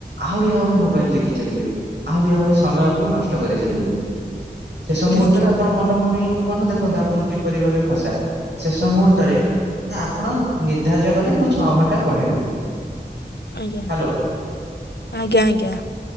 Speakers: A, on the right; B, on the left.
A: ଆହୁରି ଆହୁରି ମୋବାଇଲ ଦେଖି ଚାଲିବେ ଆହୁରି ଆହୁରି ସମୟକୁ ନଷ୍ଟ କରି ଚାଲିବେ ଶେଷ ମୁହୂର୍ତ୍ତରେ
B: ଆଜ୍ଞା
A: ଆପଣ ମନ ପୁଣି ମନେ ଦେଖନ୍ତୁ ଆପଣଙ୍କୁ କିପରି ଭାବେ ଫସାଏ ଶେଷ ମୁହୂର୍ତ୍ତରେ ନା ଆପଣ ନିର୍ଦ୍ଧାର୍ଯ୍ୟ କଲେ ମୁଁ ଛଅ ଘଣ୍ଟା ପଢିବି
B: ଆଜ୍ଞା
A: ହ୍ୟାଲୋ।
B: ଆଜ୍ଞା ଆଜ୍ଞା